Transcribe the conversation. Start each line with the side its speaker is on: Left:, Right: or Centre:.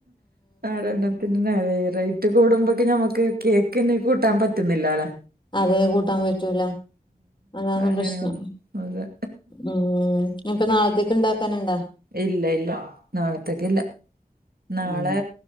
Right: ആരോണത്തിന് നിന്നേ റേറ്റ് കൂടുമ്പെക്ക് ഞമ്മക്ക് കേക്ക്ന് കൂട്ടാൻ പറ്റുന്നില്ലാലാ
Left: അതേ കൂട്ടാൻ പറ്റൂല അതാണ്
Right: അങ്ങനെയാണ്
Left: പ്രശ്നം
Right: അതെ
Left: ഉം ഞ്ഞ് പ്പൊ നാളത്തേക്ക് ഇണ്ടാക്കാന്ണ്ടാ
Right: ഇല്ല ഇല്ല നാളത്തേക്ക് ഇല്ല നാളേ
Left: ഉം